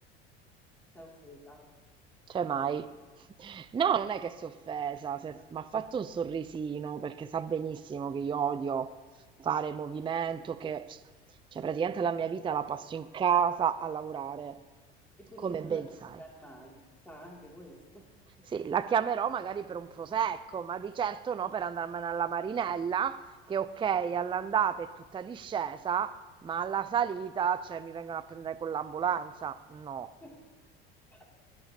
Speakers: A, in the centre; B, on the right.
A: sei offesa.
B: Cioè mai. <laughs> No, non è che si è offesa, se-
A: Eh.
B: ma ha fatto un sorrisino perché sa benissimo che io odio fare movimento, che cioè praticamente la mia vita la passo in casa a lavorare,
A: E quindi
B: come
A: non
B: ben
A: la chiamerai
B: sai.
A: mai, sa anche questo.
B: Sì, la chiamerò magari per un prosecco, ma di certo no per andarmene alla Marinella, che ok, all'andata è tutta discesa, ma alla salita, cioè, mi vengono a prendere con l'ambulanza. No,
A: <laughs>